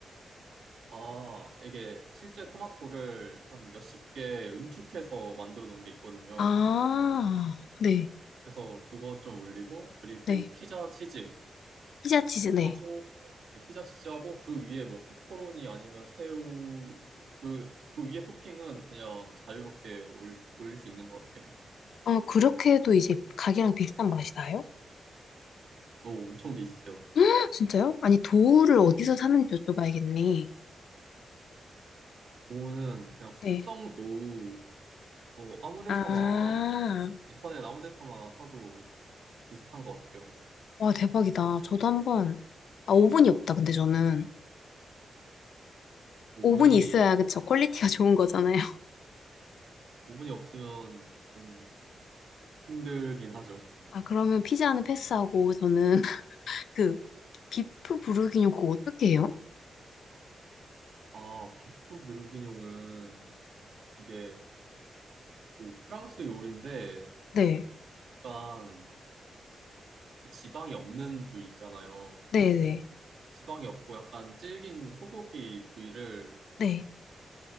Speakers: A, on the right (about 80°); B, on the left (about 85°).
A: 아, 이게 실제 토마토를 한 몇십 개 응축해서 만들어 놓은 게 있거든요.
B: 아, 네,
A: 그래서 그거 좀 올리고, 그리고
B: 네.
A: 피자 치즈
B: 피자 치즈, 네.
A: 하고, 네, 피자 치즈하고, 그 위에 뭐 페퍼로니 아니면 새우, 그, 그 위에 토핑은 그냥 자유롭게 올, 올릴 수 있는 것 같아요.
B: 어, 그렇게 해도 이제 가게랑 비슷한 맛이 나요? <gasps>
A: 너무 엄청 비슷해요.
B: <laughs> 진짜요? 아니, 도우를 어디서 사는지 여쭤봐야겠네.
A: 그거는 그냥 숙성
B: 네.
A: 도우, 뭐 아무 데서나,
B: 아,
A: 인터넷 아무 데서나 사도 비슷한 것 같아요.
B: 와, 대박이다. 저도 한번, 아, 오븐이 없다, 근데 저는.
A: 오븐이,
B: 오븐이 있어야, 그쵸? 퀄리티가 좋은 거잖아요. <laughs>
A: 오븐이 없으면 좀 힘들긴 하죠.
B: 아, 그러면 피자는 패스하고, 저는 <laughs> 그 비프 부르기뇨 그거 어떻게 해요?
A: 아, 비프 브루기뇽은 이게 그 프랑스 요리인데
B: 네,
A: 약간 그 지방이 없는 부위 있잖아요.
B: 네, 네,
A: 지방이 없고 약간 질긴 소고기 부위를
B: 네,